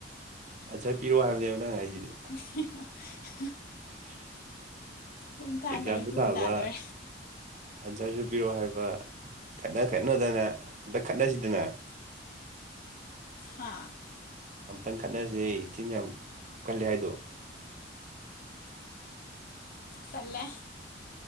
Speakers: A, on the right; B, on the left.
A: ꯑꯟꯁꯔ ꯄꯤꯌꯣ ꯍꯥꯏꯕꯅꯦꯕ ꯅꯪ ꯍꯥꯏꯁꯤꯗꯤ
B: <unintelligible>
A: <unintelligible>
B: ꯄꯨꯡ ꯇꯥꯗꯧꯔꯦ
A: ꯑꯦꯛꯖꯥꯝꯁꯨ
B: ꯄꯨꯡ
A: ꯊꯥꯕ
B: ꯇꯥꯗꯣꯔꯦ
A: ꯑꯟꯁꯔꯁꯨ ꯄꯤꯔꯛꯑꯣ ꯍꯥꯏꯕ ꯈꯠꯅ ꯈꯠꯅꯗꯅ ꯑꯝꯇ ꯈꯠꯅꯁꯤꯗꯅ
B: ꯍꯥꯥ
A: ꯑꯝꯇꯪ ꯈꯠꯅꯁꯦ ꯏꯆꯤꯟ ꯌꯥꯝ ꯀꯜꯂꯦ ꯍꯥꯏꯗꯣ
B: ꯇꯟꯂꯦ